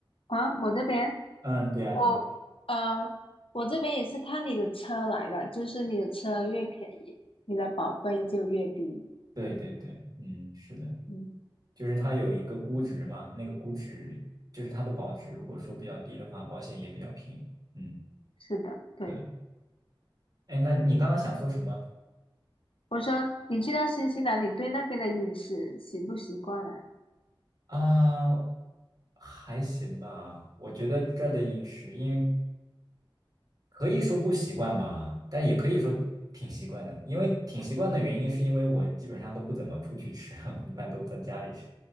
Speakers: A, on the left; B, on the right.
A: 啊？我这边
B: 嗯，对啊，
A: 我呃，
B: 你
A: 我这边也是看你的车来的，就是你的车越便宜，你的保费就越低。
B: 对对对，嗯，是的。
A: 嗯，
B: 就是它有一个估值嘛，那个估值就是它的保值，如果说比较低的话，保险也比较便宜。嗯，
A: 是的，对。
B: 对。哎，那你刚刚想说什么
A: 我说你去到新西兰，你对那边的饮食习不习惯啊？
B: 啊？还行吧，我觉得这儿的饮食，因为可以说不习惯吧，但也可以说挺习惯的。因为挺习惯的原因，是因为我基本上都不怎么出去吃，<laughs> 一般都在家里吃。